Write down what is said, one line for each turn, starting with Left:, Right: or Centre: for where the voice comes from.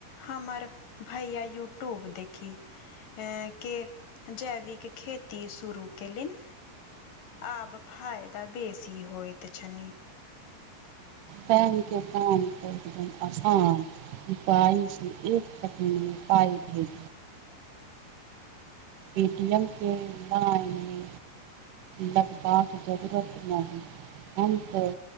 Left: हमर भैया यूट्यूब देखी है, के जैविक खेती शुरू कयलनि आब फायदा बेसी होइत छनि।
Right: बैंक के काम तऽ एकदम आसान पइसँ एक सेकेण्डमे पाइ भेज ऐटीएम के लाइनमे लगबाक जरूरत नाहि। हम तऽ